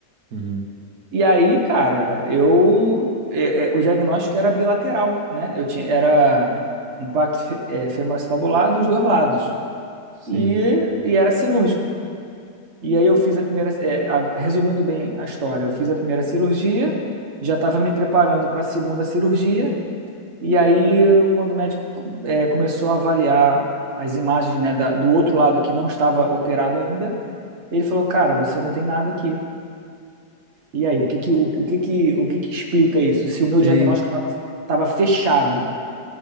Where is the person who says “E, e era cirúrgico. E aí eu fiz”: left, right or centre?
Right